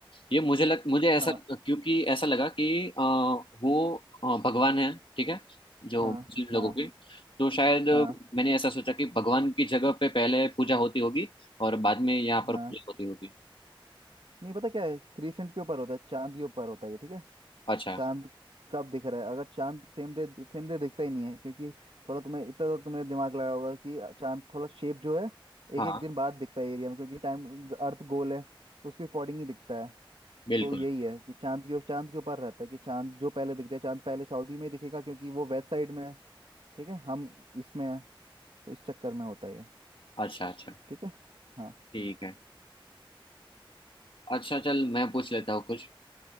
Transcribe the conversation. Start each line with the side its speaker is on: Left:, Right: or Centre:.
Left: ये मुझे लग मुझे ऐसा
Right: हाँ
Left: क्योंकि ऐसा लगा कि अ, वो अ, भगवान है ठीक है जो
Right: हाँ
Left: मुस्लिम लोगों
Right: हाँ
Left: के तो शायद
Right: हाँ
Left: मैंने ऐसा सोचा कि भगवान की जगह पे पहले पूजा होती होगी और बाद में यहाँ पर
Right: हाँ
Left: पूजा होती होगी
Right: नहीं पता क्या है क्रीसेंट के ऊपर होता है चांद के ऊपर होता है ये ठीक है
Left: अच्छा
Right: चांद कब दिख रहा है अगर चांद सेम डे सेम डे दिखता ही नहीं है क्योंकि थोड़ा तुम्हें इतना तो तुमने दिमाग लगाया होगा कि चांद थोड़ा शेप जो है एक
Left: हाँ
Right: एक दिन बाद दिखता है एरिया में क्योंकि टाइम अर्थ गोल है तो उसके अकॉर्डिंग ही दिखता है
Left: बिल्कुल
Right: तो यही है कि चांद के चांद के ऊपर रहता है कि चांद जो पहले दिख जाए चांद पहले सऊदी में ही दिखेगा क्योंकि वो वेस्ट साइड में है ठीक है हम इसमें है तो इस चक्कर में होता है ये
Left: अच्छा अच्छा
Right: ठीक है हाँ
Left: ठीक है अच्छा चल मैं पूछ लेता हूँ कुछ